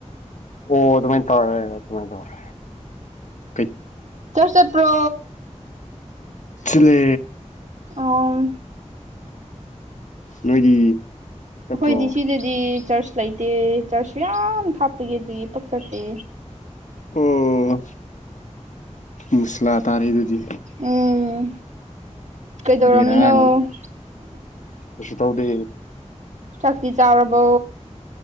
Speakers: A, on the left (about 80°); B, on the right (about 70°).
A: ꯑꯣ ꯑꯗꯨꯃꯥꯏꯟ ꯇꯧꯔꯦ ꯑꯗꯨꯃꯥꯏꯟ ꯇꯧꯔꯦ ꯀꯩ
B: ꯆꯔꯁ ꯆꯠꯄ꯭ꯔꯣ
A: ꯆꯂꯦ
B: ꯑꯣꯝ
A: ꯅꯣꯏꯗꯤ ꯆꯠꯄ꯭ꯔꯣ
B: ꯑꯈꯣꯏꯗꯤꯁꯤꯗ ꯗꯤ ꯆꯔꯆ ꯂꯩꯇꯦ ꯆꯔꯆ ꯌꯥꯝ ꯊꯥꯞꯄꯒꯤꯗꯤ ꯄꯥꯛ ꯆꯠꯇꯦ
A: ꯑꯣ ꯃꯨꯁꯂꯥ ꯇꯥꯔꯦ ꯑꯗꯨꯗꯤ
B: ꯎꯝ ꯀꯩꯗꯧꯔꯝꯃꯤꯅꯣ
A: ꯕꯦꯔꯥꯅꯤ ꯀꯩꯁꯨ ꯇꯧꯗꯦ
B: ꯆꯥꯛꯇꯤ ꯆꯥꯔꯕꯣ